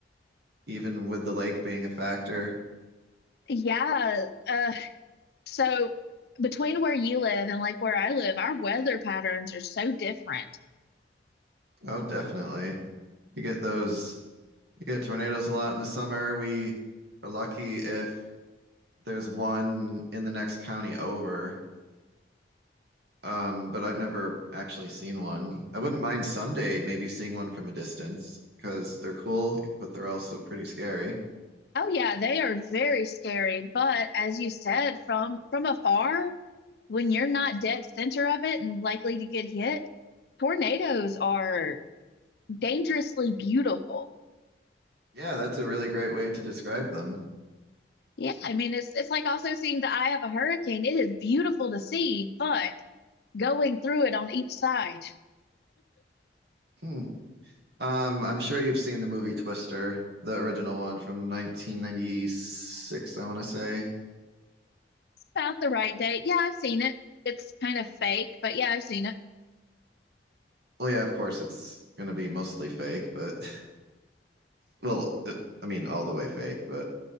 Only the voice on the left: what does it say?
Yeah, uh, so between where you live and like where I live, our weather patterns are so different.
Oh yeah, they are very scary, but as you said, from from afar, when you're not dead center of it and likely to get hit, tornadoes are dangerously beautiful.
Yeah, I mean it's it's like also seeing the eye of a hurricane. It is beautiful to see, but going through it on each side.
It's about the right date. Yeah, I've seen it. It's kind of fake, but yeah, I've seen it.